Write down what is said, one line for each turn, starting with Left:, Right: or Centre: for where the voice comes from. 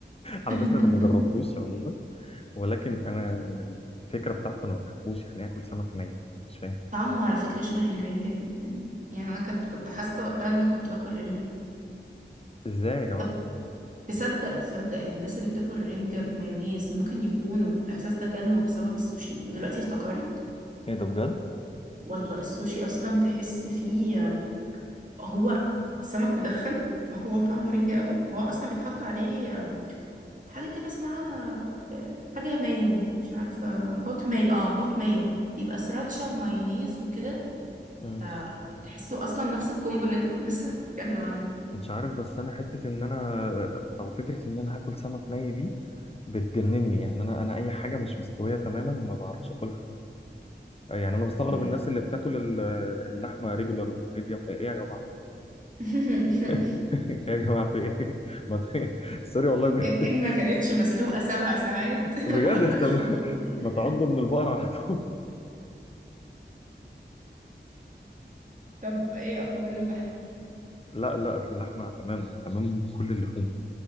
Left: على
Right: <laughs>
Left: فكره انا ما جربتوش عموما ولكن انا من الفكره بتاعته انا ما بحبوش يعني اكل سمك ني مش فاهم
Right: طعمه على فكرة شبه الرنجة جدا يعني أنا كنت كنت حاسة وقتها إن أنا كنت باكل رنجة
Left: ازاي يا جماعه
Right: طب تصدق تصدق إن الناس اللي بتاكل رنجة بمايونيز ممكن يكونوا الإحساس ده جالهم بسبب السوشي دلوقتي افتكرت
Left: ايه ده بجد
Right: والله السوشي أصلا تحس فيه هو السمك مدخن فهو طعمه رنجة قوي وهو اصلا بيتحط عليه آه، حاجة كده اسمها آه، حاجة مايو مش عارفة هوت مايو اه هوت مايو بيبقى سراتشا ومايونيز وكده
Left: مم.
Right: فتحسه اصلا نفس الكومبو اللي انت كنت <laughs> لسه بتتكلم عنه
Left: مش عارف بس انا حته ان انا او فكره ان انا هاكل سمك ني دي بتجنني يعني انا انا اي حاجه مش مستويه تماما ما بعرفش اكلها يعني انا بستغرب
Right: مم.
Left: الناس اللي بتاكل ال- اللحمه ريجولار ميديوم ايه يا جماعه
Right: <laughs>
Left: <laughs> ايه يا جماعه في ايه <laughs> ما ت- سوري والله بجد
Right: ان إن ما كانتش مسلوقة سبع ساعات
Left: بجد
Right: <laughs> ما حطهاش
Left: <laughs> طب
Right: في بوقي <laughs>
Left: ما تعضوا من البقر على طول
Right: طب ايه اخبار اللحمة
Left: لا لا اللحمه تمام تمام كل اللحوم